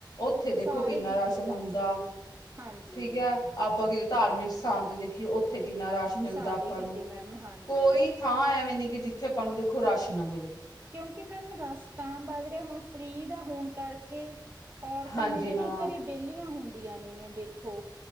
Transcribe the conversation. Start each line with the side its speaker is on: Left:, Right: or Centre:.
Left: ਉੱਥੇ ਦੇਖੋ
Right: ਸਾਰੇ
Left: ਕਿੰਨਾ
Right: ਕੀਤੇ
Left: ਰਸ਼ ਹੁੰਦਾ।
Right: ਮੈਮ ਹਾਂਜੀ
Left: ਠੀਕ ਹੈ, ਆਪਾਂ ਕਿਤੇ ਧਾਰਮਿਕ ਸਥਾਨ ਤੇ ਦੇਖੀਏ ਉ ਉੱਥੇ ਕਿੰਨਾ ਰਸ਼ ਮਿਲਦਾ
Right: ਸਾਰੇ
Left: ਆਪਾਂ
Right: ਕੀਤੇ
Left: ਨੂੰ,
Right: ਮੈਮ ਹਾਂਜੀ
Left: ਕੋਈ ਥਾਂ ਐਵੇਂ ਨੀ ਕਿ ਜਿੱਥੇ ਆਪਾਂ ਨੂੰ ਕੋਈ ਰਸ਼ ਨਾ ਮਿਲੇ।
Right: ਕਿਉਂਕਿ ਮੈਮ ਰਸ਼ ਤਾਂ ਵੱਧ ਰਿਹਾ ਹੁਣ, ਫ੍ਰਰੀ ਦਾ ਹੋਣ ਕਰਕੇ ਔਰਤਾਂ
Left: ਹਾਂਜੀ
Right: ਨੇ ਜਿਹੜੀਆਂ
Left: ਹਾਂ
Right: ਘਰੇ ਵਿਹਲੀਆਂ ਹੁੰਦੀਆਂ ਨੇ ਗਿਆਂ ਦੇਖੋ।